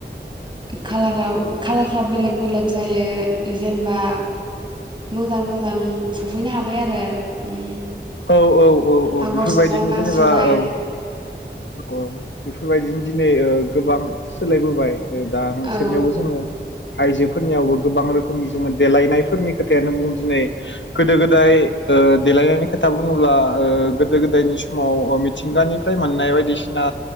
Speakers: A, on the right; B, on the left.
A: खाालाराव कालारफ्रा बेलेग बेलेग जायो जेनेबा मोजां मोजां सफैनो हाबाय आरो उम
B: औ औ औ औ
A: आगर
B: बेफोरबायदिनो
A: सुनाय मा
B: जेनेबा
A: सुनाय
B: औ औ औ बेफोरबायदिनो दिनै ओ गोबां सोलायबोबाय दा नोंसोरनियावबो
A: औ
B: जोंङो आइजोफोरनियावबो गोबां रोखोमनि जोंङो देलायनायफोरनि खोथायानो बुं दिनै गोदो गोदाय ओ देलायनायनि <unintelligible> खोथा बुंङोब्ला ओ गोदो गोदायनि समाव ओ मिथिंगानिफ्राय मोननाय बायदिसिना